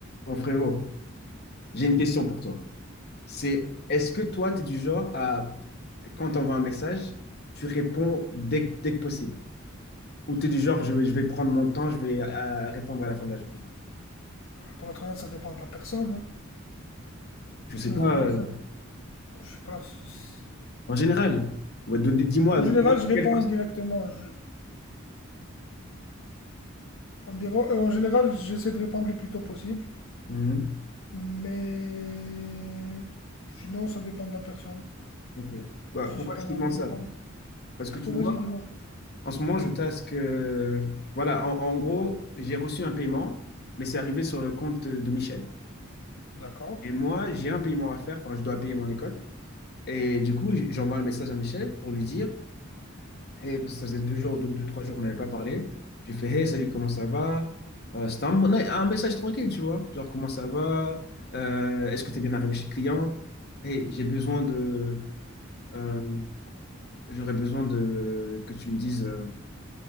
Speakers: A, on the left; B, on the left.
A: Mon frérot, j'ai une question pour toi. C'est est-ce que toi, tu es du genre à, quand on voit un message, tu réponds dès, que- dès que possible? Ou tu es du genre, je, vais je vais prendre mon temps, je vais euh, répondre à la fin de la journée?
B: Pour être honnête, ça dépend de la personne hein,
A: Je sais
B: qui
A: pas.
B: envoie le message.
A: euh,
B: Je sais pas. si-
A: en général, ouais, don- dis-moi,
B: En général,
A: dis-moi
B: je réponds
A: quelle partie.
B: directement. Je- En, déra- euh, en général, j'essaie de répondre le plus tôt possible.
A: Mhm.
B: Mais sinon, ça dépend de la personne.
A: Ok. Bah,
B: Si
A: pourquoi
B: j'ai pas
A: je
B: envie
A: te demande
B: de
A: ça?
B: répondre.
A: Parce
B: Pourquoi
A: que tu
B: Vas-y,
A: vois,
B: dis-moi.
A: en ce moment, je tasque. euh, voilà, en, en gros, j'ai reçu un paiement, mais c'est arrivé sur le compte de de Michel.
B: D'accord.
A: Et moi, j'ai un paiement à faire, enfin, je dois payer mon école. Et du coup, j- j'ai un message à Michel pour lui dire, hey, parce que ça faisait deux jours, deux, deux, trois jours, qu'on n'avait pas parlé. J'ai fait, hey, salut, comment ça va? Euh, c'était un, bon- un message tranquille, tu vois. Genre, comment ça va? Euh, est-ce que tu es bien arrivé chez le client? Hey, j'ai besoin de. euh, j'aurais besoin de que tu me dises. euh,